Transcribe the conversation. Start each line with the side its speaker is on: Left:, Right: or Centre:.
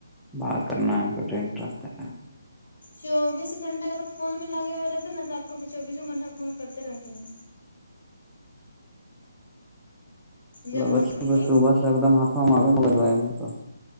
Centre: بات کرنا امپورٹینٹ رستا ہے
Left: چوبیس گھنٹہ اگر فون میں لگے ہوئے رہتے نا آپ کو چوبیسوں گھنٹہ فون کرتے رہتے ہیں جب
Centre: لگ
Left: من
Centre: صبح
Left: تب ٹھیک
Centre: سے ایک دم ہاتھوں ہم آے میں گجوائے گے تو